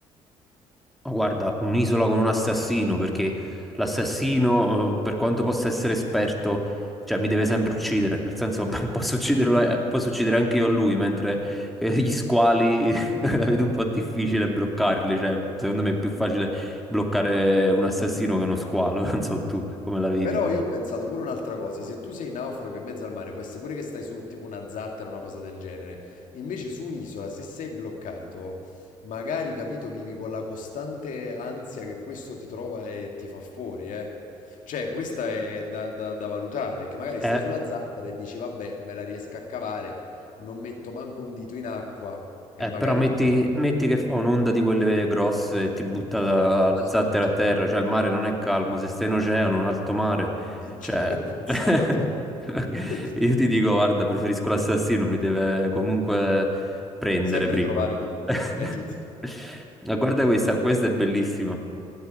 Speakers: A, in the centre; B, on the left (about 65°).
A: Ma Guarda, un'isola con un assassino, perché l'assassino, eh, per quanto possa essere esperto, cioè mi deve sempre uccidere, nel senso <laughs> posso ucciderlo, eh, posso uccidere anche io a lui, mentre eh, gli squali <laughs> la vedo un po' difficile bloccarli, cioè secondo me è più facile bloccare un assassino che uno squalo, <laughs> non so tu come la vedi.
B: Però io ho Io... pensato pure un'altra cosa, se tu sei naufrago in mezzo al mare, può essere pure che stai su tipo una zattera o una cosa del genere, invece su un'isola, se sei bloccato, magari, capito, vivi con la costante ansia che questo ti trova e ti fa fuori, eh. Cioè, questa è da, da- da valutare, che magari
A: Eh,
B: stai sulla zattera e dici, vabbè, me la riesco a cavare, non metto manco un dito in acqua e
A: Eh,
B: magari
A: però metti,
B: mi sa.
A: metti che fa un'onda di quelle grosse e ti butta la,
B: Ah, giusto,
A: la zattera
B: non ci
A: a terra,
B: avevo
A: cioè il mare non è calmo, se stai in oceano, un alto mare,
B: <laughs> non ci
A: cioè
B: avevo pensato.
A: <laughs>
B: <laughs>
A: io ti dico, guarda, preferisco l'assassino, mi deve comunque prendere
B: Sempre
A: prima.
B: trovare Ah. prima,
A: <laughs>
B: è giusto. <laughs>
A: Ma guarda questa, questa è bellissima.